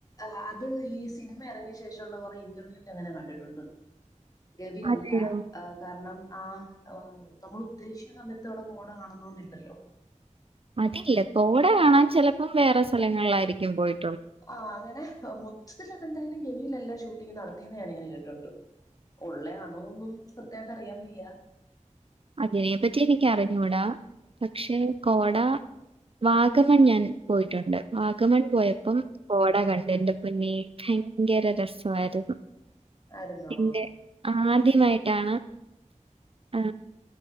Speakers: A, on the left; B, on the right.
A: ആത് അത് ഈ സിനിമ എറങ്ങിയ ശേഷ ഉള്ള കൊറെ ഇന്റർവ്യൂൽ അങ്ങനെ കണ്ടിട്ടുണ്ട് രവി
B: അതെയോ
A: അല്ല കാരണം ആഹ് നമ്മൾ ഉദ്ദേശിക്കുന്ന സമയത്ത് അവിടെ കോട കാണൂ ന്നു <unintelligible> ഇല്ലലോ
B: അതിലെ കോട കാണാൻ ചെലപ്പം വേറെ സ്ഥലങ്ങള്ലായിരിക്കും പോയി
A: ആ അങ്ങനെ മൊത്തത്തിലതൻ ന്തായാലും ഗവിയിലല്ലാം ഷൂട്ടിംഗ് നടത്തിയന്ന് ഞാാനിങ്ങനെ കേട്ടിട്ട്ണ്ട് ഉള്ളേ അന്നോൊന്നും കൃത്യായിട്ട് അറിയാൻ വയ്യ
B: അതിനെ പറ്റി എനിക്കറിഞ്ഞൂടാ പക്ഷെ കോട വാഗമൺ ഞാന് പോയിട്ടുണ്ട് വാഗമൺ പോയപ്പം കോട കണ്ട് എന്റെ പിന്നെ കയങ്കര രസമായിരുന്നു
A: ആയിരുന്നോ
B: പിന്നെ ആ ആദ്യമായിട്ടാണ് ആ